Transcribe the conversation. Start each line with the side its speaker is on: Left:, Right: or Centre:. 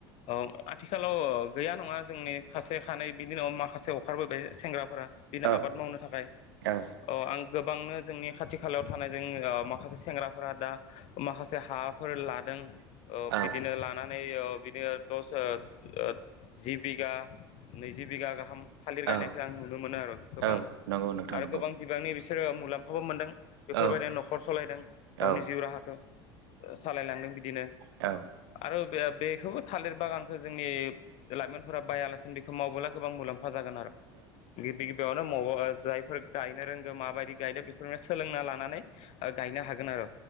Left: ओ आथिखालाव ओ गैया नङा जोंनि खासे खानै बिनि उनाव माखासे ओं खारबोबाय सेंग्राफोरा बिनो
Right: औ
Left: आबाद मावनो थाखाय
Right: औ
Left: अ आं गोबांनो जोंनि खाथि खालायाव थानाय जोंनि माखासे सेंग्राफोरा दा माखासे हाफोर ला दों ओ
Right: औ
Left: बिदिनो लानानै ओ बिदिनो दस ओ ओ जि बिगा नैजि बिगा गाहाम थालिर गायनायखौ
Right: औ
Left: आं नुनो मोनो आरो गोबां
Right: औ नंगौ नोंथां
Left: आरो
Right: नंगौ
Left: गोबां बिबांनि बिसोरो मुलाम्फाबो मोनदों। बेफोरबायदिनो
Right: औ
Left: न'खर सलायदों गावनि
Right: औ
Left: जिउ राहाखौ ओ सालायलांदों बिदिनो
Right: औ
Left: आ ओ बे बेखौबो थालिर बागानखौ जोंनि लाइमोनफोरा बायालासिनो बेखौ मावबोला गोबां मुलाम फा जागोन आरो गिबि गिबियावनो <unintelligible> जायफोर गायनो रोंगो माबायदि गायदो बेफोरनो सोलोंना लानानै ओ गायनो हागोन आरो